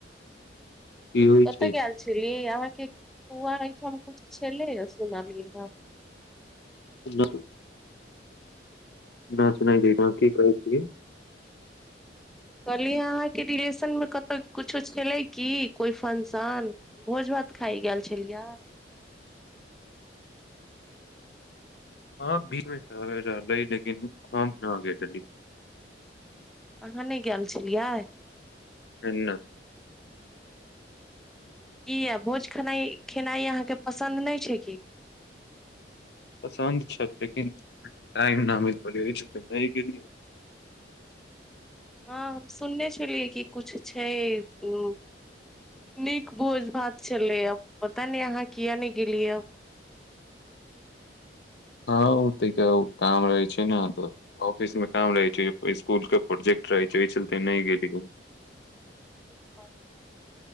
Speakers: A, on the left; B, in the centre.
A: की होइ
B: कतय
A: छै
B: गेऽल छलीयैया अहाँके फुआ अइ ठाम कुछ छलै या सुनलियैया
A: ब <inaudible> न सुनाइ देत य कि कहै छी
B: कहलिय अहाँके रिलेशन मे कतहु कुछो छलै की कोइ फंशन भोज भात खाय गेल छलियए
A: ह बीच मे रहलै लेकिन <unintelligible>
B: और भऽने गेल छलियै
A: न
B: कीटया भोज खेनाइ खेनाइ अहाँके पसन्द नहि छै की
A: पसन्द छथि लेकिन टाइम न मिल पड़ै त नहि गेलियै
B: हँ सुनने छलियै कि कुछ छै उ नीक भोज भात छलैया पता नै अहाँ किया ने गेलियैया
A: हँ ओ तऽ क काम रहै छै ने तऽ ऑफिस मे काम रहै छै स्कुल के प्रोजेक्ट रहै छै एहि चलते नहि गेली
B: अच्छा